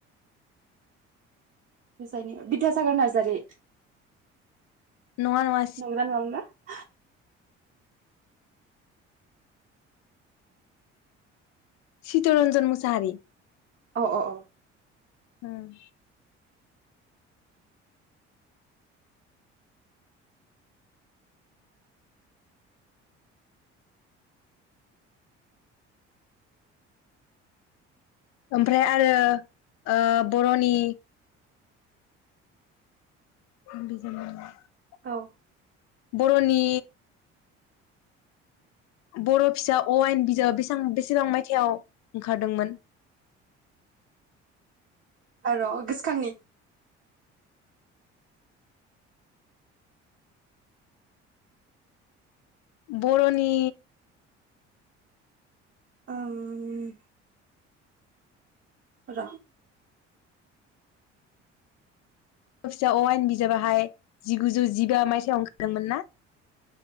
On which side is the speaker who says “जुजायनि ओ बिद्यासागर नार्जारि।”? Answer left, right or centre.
Right